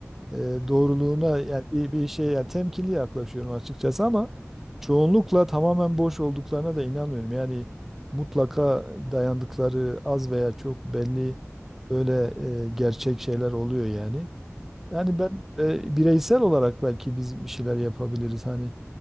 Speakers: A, in the centre; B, on the right.
A: e, doğruluğuna
B: Yanlış
A: yani
B: olduğunu.
A: bir, bir şeye yani temkinli yaklaşıyorum açıkçası ama
B: Hı, anladım.
A: çoğunlukla tamamen boş olduklarına da inanmıyorum. Yani mutlaka dayandıkları az veya çok belli
B: Hı,
A: böyle e, gerçek şeyler oluyor yani. Yani
B: anladım.
A: ben e, bireysel olarak belki biz bir şeyler yapabiliriz. Hani